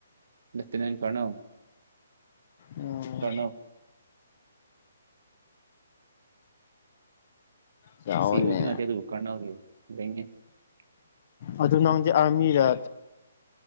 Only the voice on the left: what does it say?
ꯑꯣ
ꯆꯥꯎꯋꯦꯅꯦ
ꯑꯗꯨ ꯅꯪ ꯗꯤ ꯑꯔꯃꯤ ꯔꯥ